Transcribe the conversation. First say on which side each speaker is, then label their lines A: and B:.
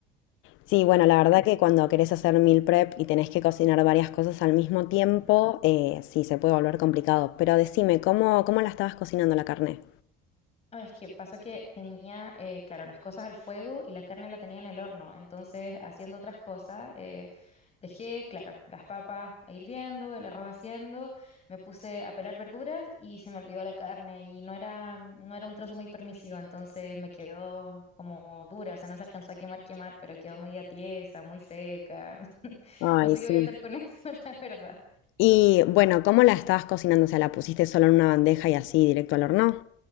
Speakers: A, on the left; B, on the left.
A: sí, bueno, la verdad que cuando querés hacer meal prep y tenés que cocinar varias cosas al mismo tiempo, eh, sí, se puede volver complicado. Pero decime, ¿cómo, cómo la estabas cocinando la carne?
B: Ah, Es que pasó que tenía, eh, claro, las cosas al fuego y la carne la tenía en el horno. Entonces, haciendo otras cosas, eh, dejé, claro, las papas hirviendo, el arroz haciendo, me puse a pelar verduras y se me olvidó la carne y no era, no era un trozo muy permisivo, entonces me quedó como dura, o sea, no se alcanzó a quemar, quemar, pero quedó media tiesa, muy seca. <laughs>
A: Ay,
B: No sé
A: sí.
B: qué voy a hacer con eso, <laughs> la verdad.
A: Y bueno, ¿cómo la estabas cocinando? O sea, ¿la pusiste solo en una bandeja y así directo al horno?